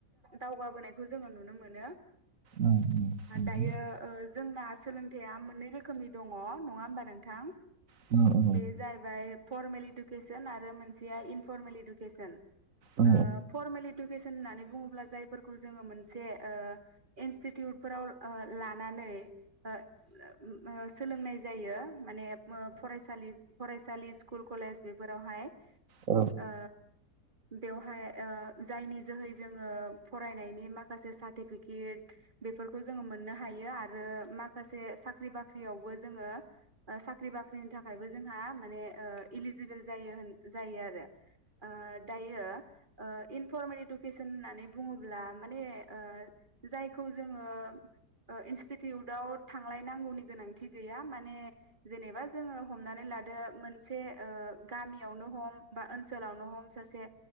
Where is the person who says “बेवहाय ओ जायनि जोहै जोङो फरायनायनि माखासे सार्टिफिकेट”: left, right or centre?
Right